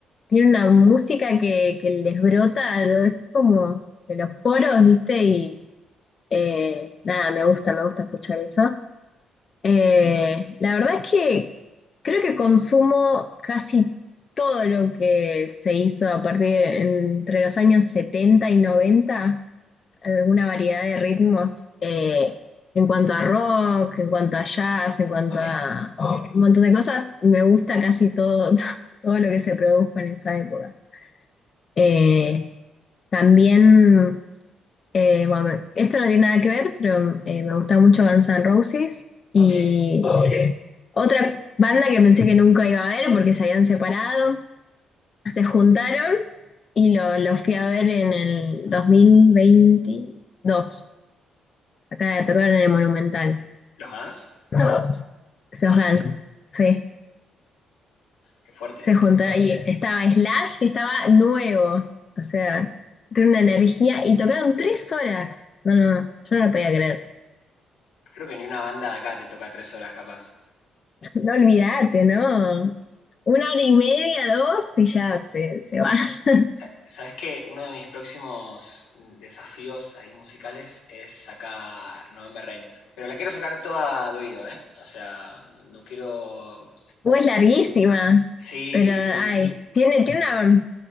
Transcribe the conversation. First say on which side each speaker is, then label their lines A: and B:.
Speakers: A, on the left; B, on the left.
A: tiene una música que, que les brota, ¿no? es como de los poros, ¿viste? Y eh, nada, me gusta, me gusta escuchar eso. Eh, la verdad es que creo que consumo casi todo lo que se hizo a partir entre los años 70 y noventa eh, una variedad de ritmos eh, en cuanto a rock, en cuanto a jazz, en cuanto
B: Ok,
A: a un montón de cosas. Me gusta casi todo, <laughs> todo lo que se produjo en esa época. Eh, también eh, bueno, me- esto no tiene nada que ver, pero eh, me gusta mucho Guns N' Roses. Y
B: ok.
A: otra banda que pensé que nunca iba a ver porque se habían separado, se juntaron y lo, lo fui a ver en el 2022. Acá tocaron en el Monumental.
B: ¿Los Guns?
A: So- los Guns, sí.
B: Qué fuerte.
A: Se juntaron y estaba Slash, que estaba nuevo. O sea, tiene una energía y tocaron tres horas. No, no, no, yo no lo podía creer.
B: Creo que ni una banda de acá te toca tres horas capaz.
A: No olvídate, ¿no? Una hora y media, dos y ya se, se va. <laughs>
B: Sa- Sabes que uno de mis próximos desafíos ahí musicales es sacar November Rain. Pero la quiero sacar toda de oído, ¿eh? O sea, no quiero.
A: O es larguísima,
B: Sí,
A: pero ay,
B: sí, sí.
A: tiene, tiene una,